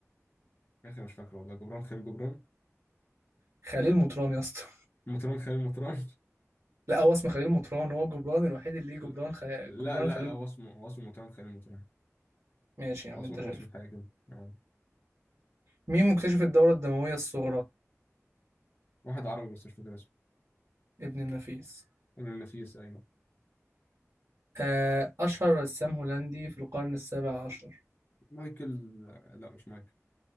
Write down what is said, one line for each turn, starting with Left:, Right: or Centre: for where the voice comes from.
Left: يا اخي مش فاكر والله جبران خليل جبران
Right: خليل مطران يا اسطى <laughs>
Left: مطران خليل مطران <laughs>
Right: لا هو اسمه خليل مطران هو جبران الوحيد اللي ليه جبران
Left: لا
Right: خي...
Left: لا
Right: جبران
Left: لا
Right: خليل
Left: لا، هو اسمه هو اسمه مطران خليل مطران
Right: ماشي يا عم
Left: هو اسمه
Right: انت شايف
Left: هو اسمه حاجة كده آه.
Right: مين مكتشف الدورة الدموية الصغرى
Left: واحد عربي بس مش فاكر اسمه
Right: ابن النفيس
Left: ابن النفيس ايوه
Right: آه، أشهر رسام هولندي في القرن السابع عشر
Left: مايكل لا مش مايكل